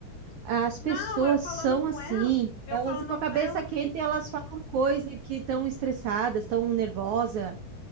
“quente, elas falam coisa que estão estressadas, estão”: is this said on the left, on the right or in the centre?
Right